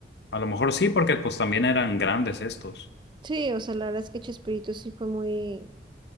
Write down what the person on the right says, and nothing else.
Sí, o sea, la verdad es que Chespirito sí fue muy,